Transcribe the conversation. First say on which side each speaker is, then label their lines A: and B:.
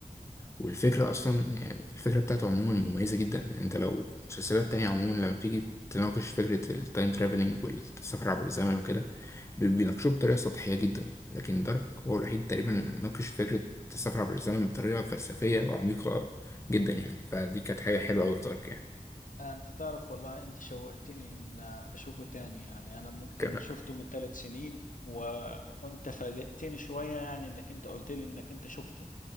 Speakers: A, on the left (about 20°); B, on the left (about 65°).
A: والفكرة أصلا يعني الفكرة بتاعته عموما مميزة جدا يعني أنت لو مسلسلات تانية عموما لما بتيجي تناقش فكرة التايم ترافلينج والسفر عبر الزمن وكده بي- بيناقشوه بطريقة سطحية جدا لكن دارك هو الوحيد تقريبا اللي ناقش فكرة السفر عبر الزمن بطريقة فلسفية وعميقة جدا يعني فدي كانت حاجة حلوة أوي في دارك يعني
B: آه، انت تعرف والله انت شوقتني ان آه، اشوفه تاني يعني انا ممكن
A: ك-
B: شفته من ثلاث سنين و... وانت فاجئتني شوية يعني انك انت قلت لي انك انت شفته